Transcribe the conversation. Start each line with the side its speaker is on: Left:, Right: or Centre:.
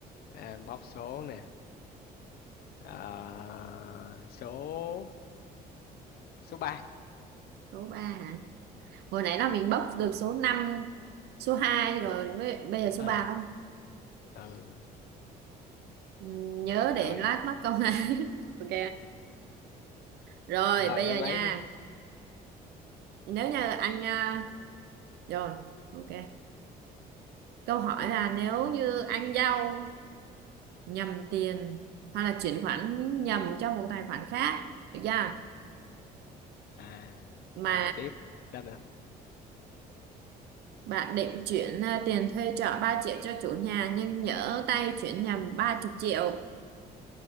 Left: Ờ, anh bóc số nè à, số số ba
Right: số ba hả hồi nãy là mình bốc được số 5, số 2 rồi với- bây giờ số
Left: à,
Right: 3
Left: ừ
Right: Ừ, nhớ
Left: rồi
Right: để lát mắc công này <laughs> ok rồi
Left: rồi
Right: bây
Left: em
Right: giờ
Left: lấy
Right: nha
Left: đi
Right: nếu như anh à, rồi ok câu hỏi là nếu như anh giao nhầm tiền hoặc là chuyển khoản nhầm cho một tài khoản khác được chưa
Left: à
Right: mà
Left: rồi tiếp sao nữa
Right: bạn định chuyển à, tiền thuê trọ 3 triệu cho chủ nhà nhưng nhỡ tay chuyển nhầm ba chục triệu